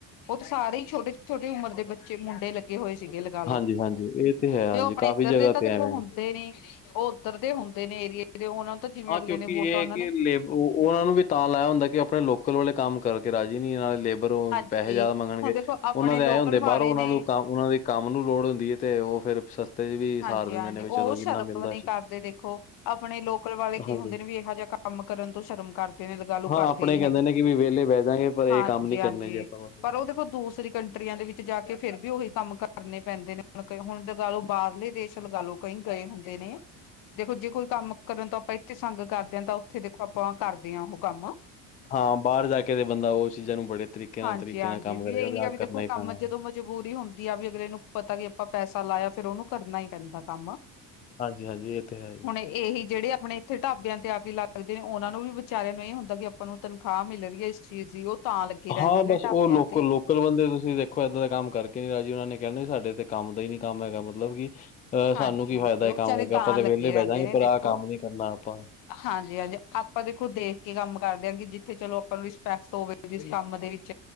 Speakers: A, on the left; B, on the left.
A: ਉਹਥੇ ਸਾਰੇ ਹੀ ਛੋਟੇ ਛੋਟੀ ਉਮਰ ਦੇ ਬੱਚੇ ਮੁੰਡੇ ਲ ਲਗੇ ਹੋਏ ਸੀਗੇ ਲਗਾ
B: ਹਾਂਜੀ
A: ਲੋ
B: ਹਾਂਜੀ ਇਹ ਹੈ ਹਾਂਜੀ
A: ਤੇ ਉਹ ਆਪਣੇ
B: ਕਾਫ਼ੀ
A: ਇੱਧਰ
B: ਜਗ੍ਹਾ
A: ਦੇ ਤਾਂ
B: ਤੇ
A: ਦੇਖੋ
B: ਐਵੇਂ
A: ਹੁਣ ਦੇ ਨੇ ਉਹ ਉੱਧਰ ਦੇ ਹੁੰਦੇ ਨੇ ਏਰੀਏ ਦੇ ਉਹਨਾਂ ਨੂੰ ਤਾਂ ਜਿਵੇਂ
B: ਹਾਂ
A: ਅਗਲੇ
B: ਕਿਉਂਕਿ
A: ਨੇ ਬੋਲਤਾ
B: ਇਹ ਹੈ
A: ਉਹਨਾਂ
B: ਕਿ
A: ਨੇ
B: ਲੇਬਰ ਉਹ ਉਹਨੂੰ ਵੀ ਤਾਂ ਲਾਇਆ ਹੁੰਦਾ ਕਿ ਆਪਣੇ ਲੋਕਲ ਵਾਲੇ ਕੰਮ ਕਰਕੇ ਰਾਜੀ ਨੀ ਆ ਲੇਬਰ ਰੋਂ
A: ਹਾਂਜੀ
B: ਪੈਸੇ ਜ਼ਿਆਦ ਮੰਗਣਗੇ
A: ਹੁਣ ਦੇਖੋ ਆਪਣੇ
B: ਉਹਨਾਂ ਦੇ
A: ਲੋਕਲ
B: ਆਏਂ ਹੁੰਦੇ
A: ਵਾਲੇ
B: ਬਾਹਰੋਂ ਉਹਨਾਂ
A: ਨੇ
B: ਨੂੰ ਕੰਮ ਉਹਨਾਂ ਦੀ ਕੰਮ ਨੂੰ ਲੋੜ ਹੁੰਦੀ ਹੈ ਤੇ ਉਹ ਫਿਰ ਸਸਤੇ 'ਚ ਵੀ ਸਾਰ
A: ਹਾਂਜੀ
B: ਦਿੰਦੇ
A: ਹਾਂਜੀ
B: ਨੇ ਵੀ
A: ਉਹ
B: ਚਲੋ
A: ਸ਼ਰਮ
B: ਜਿੰਨਾ ਮਿਲਦਾ
A: ਨਹੀ
B: ਸੀ
A: ਕਰਦੇ ਦੇਖੋ। ਆਪਣੇ ਲੋਕਲ ਵਾਲੇ ਕੀ
B: ਹਾਂਜੀ
A: ਹੁੰਦੇ ਨੇ। ਵੀ ਇਹੋ ਜਿਹਾ ਕੰਮ ਕਰਨ ਤੋਂ ਸ਼ਰਮ ਕਰਦੇ ਨੇ। ਲਗਾਲੋ
B: ਹਾਂ
A: ਕਰਦੇ
B: ਆਪਣੇ
A: ਨਹੀ
B: ਕਹਿੰਦੇ ਨੇ ਕਿ ਵੀ ਵਿਹਲੇ ਬਹਿ ਜਾਂਗੇ ਪਰ ਇਹ
A: ਹਾਂਜੀ
B: ਕੰਮ ਨਹੀਂ ਕਰਨੇ
A: ਹਾਂਜੀ
B: ਜੇ ਆਪਾਂ ਬਸ।
A: ਪਰ ਉਹ ਦੇਖੋ ਦੂਸਰੀ ਕੰਟਰੀਆਂ ਦੇ ਵਿੱਚ ਜਾ ਕੇ ਫਿਰ ਵੀ ਉਹੀ ਕੰਮ ਕਰਨੇ ਪੈਂਦੇ ਨੇ। ਹੁਣ ਲਗਾ ਲਓ ਬਾਹਰਲੇ ਦੇਸ਼ ਲਗਾ ਲਓ ਕਈ ਗਏ ਹੁੰਦੇ ਨੇ ਦੇਖੋ ਜੇ ਕੋਈ ਕੰਮ ਕਰਨ ਤੋਂ ਆਪਾਂ ਇੱਥੇ ਸੰਗ ਕਰਦੇ ਹਾਂ। ਤਾਂ ਉੱਥੇ ਦੇਖੋ ਆਪਾਂ ਕਰਦੇ ਹਾਂ ਉਹ ਕੰਮ
B: ਹਾਂ ਬਾਹਰ ਜਾ ਕੇ ਤੇ ਬੰਦਾ ਉਹ ਚੀਜ਼ਾਂ ਨੂੰ ਬੜੇ ਤਰੀਕੇ ਨਾਲ
A: ਹਾਂਜੀ-ਹਾਂਜੀ
B: ਤਰੀਕੇ ਨਾਲ ਕੰਮ ਕਰੇਗਾ
A: ਇਹੀ
B: ਵੀ ਆਹ
A: ਆ ਦੇਖੋ
B: ਕਰਨਾ ਹੀ
A: ਕੰਮ
B: ਪੈਣਾ
A: ਜਦੋਂ ਮਜਬੂਰੀ ਹੁੰਦੀ ਆ। ਵੀ ਅਗਰ ਇਹਨੂੰ ਪਤਾ ਕਿ ਆਪਾਂ ਪੈਸਾ ਲਾਇਆ ਫੇਰ ਉਹਨੂੰ ਕਰਨਾ ਹੀ ਪੈਂਦਾ ਕੰਮ
B: ਹਾਂਜੀ ਹਾਂਜੀ ਇਹ ਤੇ ਹੈ ਜੀ
A: ਹੁਣ ਇਹੀ ਜਿਹੜੇ ਆਪਣੇ ਇੱਥੇ ਢਾਬਿਆਂ ਤੇ ਆ ਕੇ ਲੱਗਦੇ ਨੇ ਉਹਨਾਂ ਨੂੰ ਵੀ ਵਿਚਾਰਿਆਂ ਨੂੰ ਇਹ ਹੁੰਦਾ ਕਿ ਆਪਾਂ ਨੂੰ ਤਨਖਾਹ ਮਿਲ ਰਹੀ ਹੈ। ਇਸ ਚੀਜ਼ ਦੀ ਉਹ ਤਾਂ ਲੱਗੇ ਰਹਿੰਦੇ
B: ਹਾਂ
A: ਨੇ
B: ਬਸ
A: ਢਾਬਿਆਂ
B: ਉਹ ਲੋਕਲ
A: ਤੇ
B: ਲੋਕਲ ਬੰਦੇ ਤੁਸੀਂ ਦੇਖੋ ਇੱਦਾਂ ਦਾ ਕੰਮ ਕਰਕੇ ਨੀ ਰਾਜੀ ਉਹਨਾਂ ਨੇ ਕਹਿਣਾ ਸਾਡੇ ਤੇ ਕੰਮ ਦਾ ਹੀ ਨੀ ਕੰਮ ਹੈਗਾ ਮਤਲਬ ਕਿ ਅਹ
A: ਹਾਂਜੀ
B: ਸਾਨੂੰ ਕੀ
A: ਹਾਂਜੀ
B: ਫਾਇਦਾ
A: ਉਹ
B: ਇਹ ਕੰਮ
A: ਵਿਚਾਰੇ
B: ਹੈਗਾ
A: ਤਾਂ
B: ਆਪਾਂ ਤੇ
A: ਲੱਗੇ
B: ਵਿਹਲੇ
A: ਰਹਿੰਦੇ
B: ਬਹਿਜਾਂਗੇ
A: ਨੇ
B: ਪਰ
A: ਦੇਖੋ
B: ਆਹ ਕੰਮ ਨੀ ਕਰਨਾ ਆਪਾਂ
A: ਹਾਂਜੀ ਹਾਂਜੀ ਆਪਾਂ ਦੇਖੋ ਦੇਖ ਕੇ ਕੰਮ ਕਰਦੇ ਹਾਂ ਕਿ ਜਿੱਥੇ ਚਲੋ ਆਪਾਂ ਨੂੰ ਰਿਸਪੈਕਟ ਹੋਵੇ ਜਿਸ ਕੰਮ ਦੇ ਵਿੱਚ